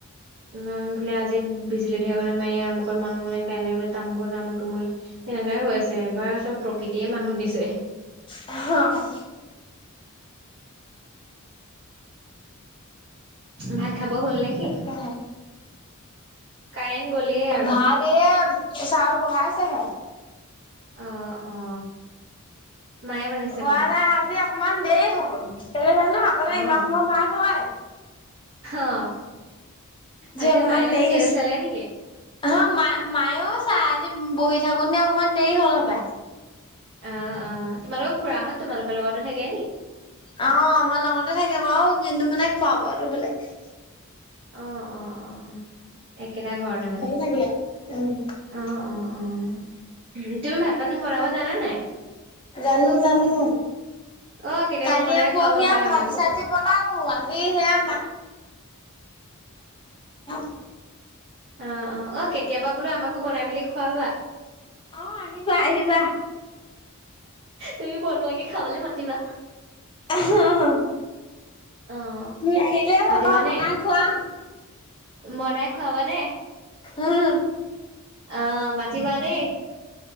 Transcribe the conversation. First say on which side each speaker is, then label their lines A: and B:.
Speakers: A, on the right; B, on the left.
A: ইমান বোলে আজি বিজুলী ঢেৰেকণি মাৰি আমুকত মানুহ মৰিলে কাইলৈ বোলে তামুকত তামুকটো মৰিলে সেনেকুৱাই হৈ আছে, এইবাৰ চব প্ৰকৃতিয়েই মানুহ নিছে।
B: অ'
A: ভাত খাব হ'ল নে কি?
B: তাকেহে
A: কাৰেণ্ট গ'লেই আৰু
B: ভাত এ চাউল বহাইছেহে।
A: অ' অ'। মায়ে বনাইছে
B: হোৱা
A: ভাত
B: নাই, আজি অকমান দেৰি হ'ল, কেলে জানো আগতে
A: অ',
B: ইমান সময় ভাত হয়।
A: অ', আজি
B: অকমান
A: মায়েও
B: দেৰি
A: চিয়েল
B: হৈছে।
A: চালে নেকি?
B: অ', মা মায়েও চাই আজি বহি থাকোঁতেনে অকমান দেৰি হ'ল হপাই।
A: অ' অ', তোমালোকৰ খুৰাহঁত তোমালোকৰ লগতে থাকে নেকি?
B: অ', আমাৰ লগতে থাকে বাৰু, কিন্তু মানে খোৱা বোৱাটো বেলেগ
A: অ' অ' অ' অ', একেটা ঘৰতে মানে।
B: থাকে উম
A: অ', অ', অ', তুমি ভাত পানী বনাব জানা নাই?
B: জানো জানো,
A: অ', কেতিয়াবা
B: কালিয়ে
A: বনাই
B: পৰহিয়ে
A: খুৱাব পাই আমাকো।
B: ভাজি চাজি বনা আজি সেয়া <inaudible>
A: অ' অ', অ' কেতিয়াবা বোলো আমাকো বনাই মেলি খোৱাবা।
B: অ', আহিবা আহিবা।
A: তুমি বনোৱাকে খাবলে মাতিবা।
B: অ',
A: অ',
B: তুমি আহিলেই হ'ল,
A: মাতিবানে?
B: মই বনাই খুৱাম।
A: বনাই খুৱাবানে,
B: উম
A: অ', মাতিবা দেই।